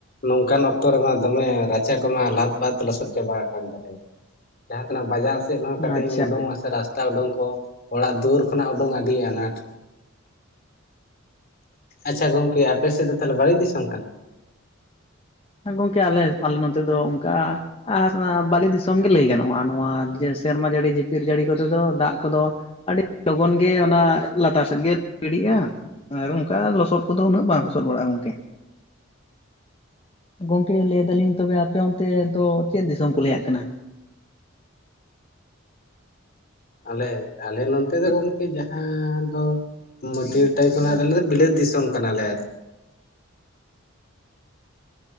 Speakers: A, on the left; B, on the left.
A: ᱱᱚᱝᱠᱟᱱ ᱚᱠᱛᱚ ᱨᱮᱢᱟ ᱫᱚᱢᱮ ᱨᱟᱪᱟ ᱠᱚᱢᱟ ᱞᱟᱫᱵᱟᱫᱽ ᱞᱚᱥᱚᱫ ᱪᱟᱵᱟ ᱟᱠᱟᱱ ᱛᱟᱞᱮᱭᱟ ᱡᱟᱦᱟᱸ ᱛᱤᱱᱟᱹᱜ ᱵᱟᱡᱟᱨ ᱥᱮᱫ ᱦᱚᱸ ᱠᱟᱹᱴᱤᱡ
B: ᱟᱪᱪᱷᱟ
A: ᱮᱢ ᱩᱰᱩᱝᱚᱜᱼᱟ
B: ᱜᱚᱝᱠᱮ
A: ᱥᱮ ᱨᱟᱥᱛᱟ ᱳᱰᱳᱝ ᱠᱚ ᱚᱲᱟᱜ ᱫᱩᱣᱟᱹᱨ ᱠᱷᱚᱱᱟᱜ ᱳᱰᱳᱝ ᱟᱹᱰᱤ ᱟᱱᱟᱴ ᱟᱪᱪᱷᱟ ᱜᱚᱝᱠᱮ ᱟᱯᱮ ᱥᱮᱫ ᱫᱚ ᱛᱟᱦᱚᱞᱮ ᱵᱟᱹᱞᱤ ᱫᱤᱥᱚᱢ ᱠᱟᱱᱟ?
B: ᱦᱮᱸ ᱜᱚᱝᱠᱮ ᱟᱞᱮ ᱟᱞᱮ ᱱᱚᱛᱮ ᱫᱚ ᱚᱱᱠᱟ, ᱟᱨ ᱵᱟᱹᱞᱤ ᱫᱤᱥᱚᱢ ᱜᱮ ᱞᱟᱹᱭ ᱜᱟᱱᱚᱜᱼᱟ, ᱱᱚᱣᱟ ᱥᱮᱨᱢᱟ ᱡᱟᱹᱲᱤ ᱡᱷᱤᱯᱤᱨ ᱡᱟᱹᱲᱤ ᱠᱚᱛᱮ ᱫᱚ ᱫᱟᱜ ᱠᱚᱫᱚ, ᱟᱹᱰᱤ ᱞᱚᱜᱚᱱ ᱜᱮ ᱚᱱᱟ ᱞᱟᱛᱟᱨ ᱥᱮᱫ ᱜᱮ ᱜᱤᱰᱤᱜᱼᱟ ᱾ ᱟᱨ ᱚᱱᱠᱟ ᱞᱚᱥᱚᱫ ᱠᱚᱫᱚ ᱩᱱᱟᱹᱜ ᱵᱟᱝ ᱞᱚᱥᱚᱫ ᱵᱟᱲᱟᱜᱼᱟ ᱜᱚᱝᱠᱮ, ᱜᱚᱝᱠᱮ ᱞᱟᱹᱭ ᱫᱟᱞᱤᱧ ᱛᱚᱵᱮ ᱟᱯᱮ ᱚᱱᱛᱮ ᱫᱚ ᱪᱮᱫ ᱫᱤᱥᱚᱢ ᱠᱚ ᱞᱟᱹᱭᱟᱜ ᱠᱟᱱᱟ?
A: ᱟᱞᱮ ᱟᱞᱮ ᱱᱚᱱᱛᱮ ᱫᱚ ᱜᱚᱢᱠᱮ ᱡᱟᱸᱦᱟ ᱫᱚ, ᱢᱟᱹᱴᱤᱭᱟᱹᱲ ᱴᱟᱭᱤᱯ ᱚᱱᱟ ᱟᱞᱮ ᱫᱚ ᱵᱤᱞᱟᱹᱛ ᱫᱤᱥᱚᱢ ᱠᱟᱱᱟ ᱞᱮ ᱟᱨ